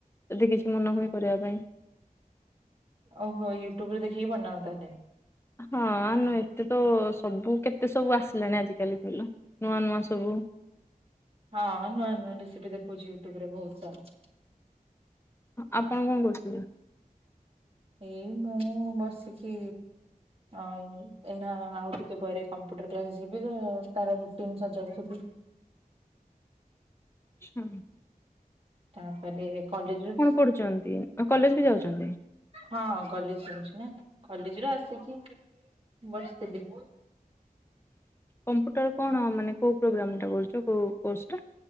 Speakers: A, on the left (about 15°); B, on the right (about 40°).
A: ଯଦି କିଛି ମନ ହୁଏ କରିବା ପାଇଁ।
B: ଓହୋ ୟୁଟ୍ୟୁବ୍ ରେ ଦେଖିକି ବନାଅ ତାହେଲେ।
A: ହଁ, ନୁ ଏତେ ତ ସବୁ କେତେ ସବୁ ଆସିଲାଣି ଆଜିିକାଲି କଇଲ? ନୂଆ ନୂଆ ସବୁ।
B: ହଁ ନୂଆ ନୂଆ ରେସିପି ଦେଖୁଛି। ୟୁ ଟ୍ୟୁବ ରେ ବହୁତ ସାରା।
A: ଆପଣ କଣ କରୁଥିଲେ?
B: ଏଇ ମୁଁ ବସିକି ଅମ୍ ଏଇନା ଆଉ ଟିକେ ପରେ କମ୍ପ୍ୟୁଟର କ୍ଲାସ୍ ଯିବି ତ! ତାର ରୁଟିନ ସଜାଡୁଥିଲି।
A: ଆଚ୍ଛା।
B: ତାପରେ କଲେଜ ରୁ,
A: ପଢୁଛନ୍ତି କଲେଜ ବି ଯାଉଛନ୍ତି?
B: ହଁ କଲେଜ ଯାଉଛି ନା କଲେଜ ରୁ ଆସିକି ବସିଥିଲି।
A: କମ୍ପ୍ୟୁଟର କଣ ମାନେ, କୋଉ ପ୍ରୋଗ୍ରାମ ଟା କରୁଛ, କୋଉ କୋର୍ସ ଟା?